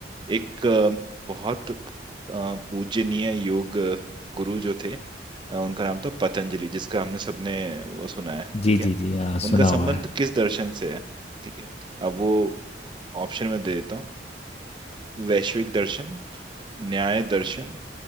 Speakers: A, on the right; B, on the left.
A: एक अ, बहुत अ, पूजनीय योग गुरु जो थे अ, उनका नाम था पतंजलि जिसका हमने सबने वो सुना है
B: जी
A: ठीक
B: जी
A: है
B: जी हाँ
A: उनका
B: सुना
A: संबंध
B: हुआ है
A: किस दर्शन से है ठीक है अब वो ऑप्शन में दे देता हूँ वैश्विक दर्शन न्याय दर्शन